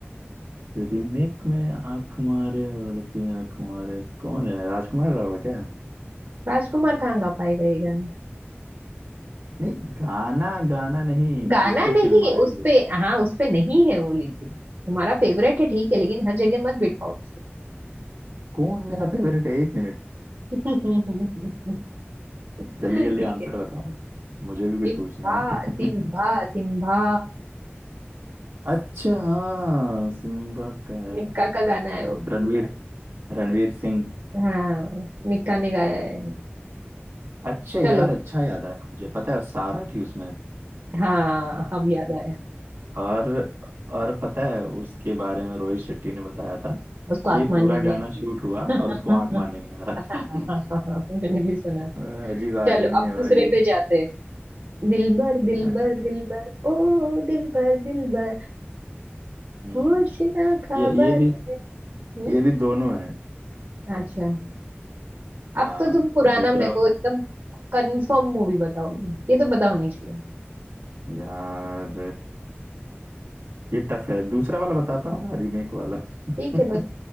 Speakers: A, on the right (about 80°); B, on the right (about 65°).
A: रीमेक में आंख मारे और लड़की आंख मारे कौन है राजकुमार राव है क्या
B: राजकुमार कहाँ गा पाएगा ये गाना
A: नहीं गाना गाना नहीं
B: गाना
A: जिस पे
B: नहीं
A: फिल्माया
B: उसपे
A: गया
B: हाँ उसपे नहीं है वो लेकिन तुम्हारा फेवरेट है ठीक है लेकिन हर जगह मत बिठाओ उसे
A: कौन मेरा फेवरेट है एक मिनट
B: <laughs>
A: जल्दी
B: ठीक
A: जल्दी आंसर
B: है
A: बताओ मुझे भी कुछ
B: सिम्बा
A: पूछना है
B: सिम्बा
A: <laughs>
B: सिम्बा
A: अच्छा हाँ सिम्बा का है
B: मिक्का का गाना है वो भी।
A: रणवीर रणवीर सिंह
B: हाँ मिक्का ने गाया है
A: अच्छा यार
B: चलो
A: अच्छा याद आया मुझे पता है वो सारा थी उसमें
B: हाँ अब याद आया
A: और और पता है उसके बारे में रोहित शेट्टी ने बताया था कि
B: उसको आंख
A: ये
B: मानने
A: पूरा
B: नहीं
A: गाना
B: आती
A: शूट हुआ
B: <laughs>
A: और उसको आंख मारने नहीं आ रहा
B: हाँ,
A: था <laughs>
B: मैंने भी सुना
A: अ, अजीब आयरनी
B: चलो अब
A: है भाई
B: दूसरे पे जाते हैं। दिलबर दिलबर
A: हाँ ठीक है
B: दिलबर ओ दिलबर दिलबर
A: हम्म
B: होश ना खबर
A: ये ये भी
B: है हम्म
A: ये भी दोनों है
B: अच्छा
A: हाँ
B: अब तो तुम पुराना
A: दूसरा
B: मेरे को एकदम कंफर्म मूवी बताओगे ये तो पता होनी चाहिए
A: यार ये टफ है दूसरा वाला बताता हूँ ना रीमेक वाला <laughs>
B: ठीक है